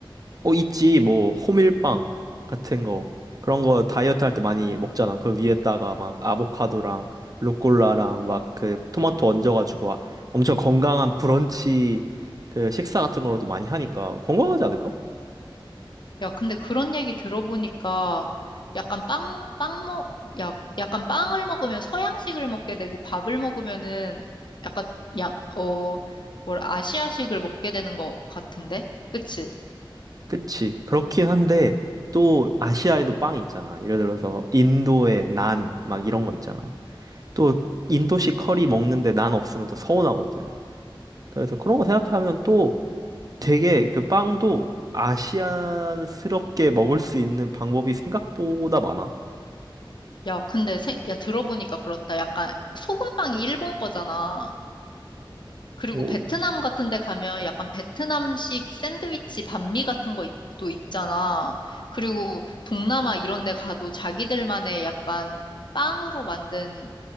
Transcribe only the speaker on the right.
어, 있지. 뭐, 호밀빵 같은 거. 그런 거 다이어트 할 때 많이 먹잖아. 그 위에다가 막 아보카도랑 루꼴라랑 막 그 토마토 얹어가지고 아- 엄청 건강한 브런치 그 식사 같은 걸로도 많이 하니까 건강하지 않을까?
그치. 그렇긴 한데 또 아시아에도 빵이 있잖아. 예를 들어서 인도의 난 막 이런 거 있잖아. 또 인도식 커리 먹는데 난 없으면 또 서운하거든. 그래서 그런 거 생각하면 또 되게 그 빵도 아시안스럽게 먹을 수 있는 방법이 생각보다 많아.
오,